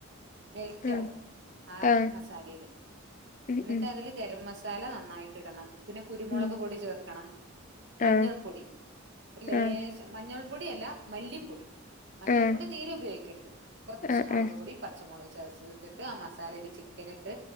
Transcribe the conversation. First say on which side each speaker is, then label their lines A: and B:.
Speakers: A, on the right (about 55°); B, on the left (about 35°).
A: മെൽറ്റ്
B: ആഹ്
A: ആവും. ആ
B: ആഹ്
A: മസാലയില്.
B: ഉം
A: എന്നിട്ട്
B: ഉം
A: അതില് ഗരം മസാല നന്നായിട്ട് ഇടണം. പിന്നെ കുരുമുളക്
B: ഉം
A: പൊടി ചേർക്കണം. മഞ്ഞൾ
B: ആഹ്
A: പൊടി ഒരു ലേശം.
B: ആഹ്
A: മഞ്ഞൾപ്പൊടി അല്ല മല്ലിപ്പൊടി. മഞ്ഞൾപ്പൊടി.
B: ആഹ്
A: തീരെ ഉപയോഗിക്കരുത്. കുറച്ച്
B: ആഹ്
A: മുളക്പൊടി.
B: ആഹ്
A: പച്ചമുളക് ചതച്ചെടുത്തിട്ട് ആ മസാലയില് ചിക്കൻ ഇട്ട്.